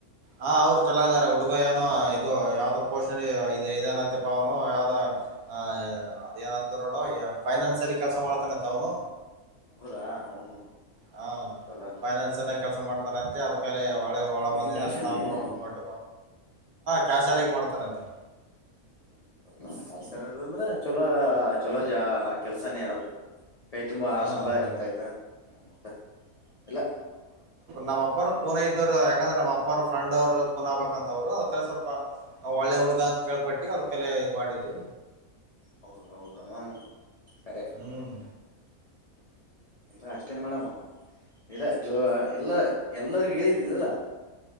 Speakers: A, on the right (about 75°); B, on the left (about 70°).
A: ಹ ಅವ್ರು ಚಲ ಇದಾರೆ ಹುಡುಗ ಏನು ಇದು ಯಾವ್ದ ಪೋಷಣ ಇ ಇದನ ಅಂತೆ ಪಾವನು ಯಾವ್ದ ಹ ಅದೇಏನಂತು ನೋಡ ಫೈನಾನ್ಸ ಅಲ್ಲಿ ಕೆಲ್ಸ ಮಾಡ್ತಾನಂತ ಅವನು
B: ಹೌದಾ ಅವನು
A: ಹಾ
B: ಚಲೋ ಅದ
A: ಫೈನಾನ್ಸ
B: ನಂಗ
A: ಕೆಲಸ ಮಾಡ್ತಾನೆ ಅದ್ಕ ಒಳೆ ಒಳ ಬಂದಿದೆ
B: ಏನ್ ಕ್ಯಾಶರ್
A: ಅಂತ ನಾವನು
B: ಈಗ
A: ಕೊಟ್ಟ ಕ್ಯಾ ಸಾರಿಗೆ ಮಾಡ್ತಾರಂತೆ
B: ಹ ಆಸರ ಅದು ಅಂದ್ರೆ ಚೊಲೋ ಚಲೋ ಜ ಕೆಲ್ಸನೇ ಅದು ಕೈ ತುಂಬ
A: ಹಾ
B: ಸಂಭಯ
A: ಅದೇ
B: ಇರ್ತೈತೆ ಮತ್ತೆ ಇಲ್ಲ
A: ನಮ್ಮ್ಪ್ಪರು ಕೂನ ಇದ್ದವರು ಯಾಕಂದ್ರೆ ನಮ್ಮ ಅಪ್ಪ ಫ್ರಂಡ್ರು ಕೂನ ಬಬೇಕಂತವ್ರು ಅದ ಕೆಲ ಸ್ವಲ್ಪ ಒಳ್ಳೆ ಹುಡುಗ ಅಂತ ಕೇಳ್ಪಟ್ಟಿ ಅವ್ರ ಕಲ್ಲ ಇ ಮಾಡಿದವಿ
B: ಹೌದ ಹೌದ ಹ ಅರೆ
A: ಹ್ಮ್
B: ಎಲ್ಲ ಅಷ್ಟೇ ಮಾಡಮ್ಮ ಇಲ್ಲ ಜೋ ಎಲ್ಲ ಎಲ್ಲರಿಗ ಹೇಳಿದಿದಲ್ಲ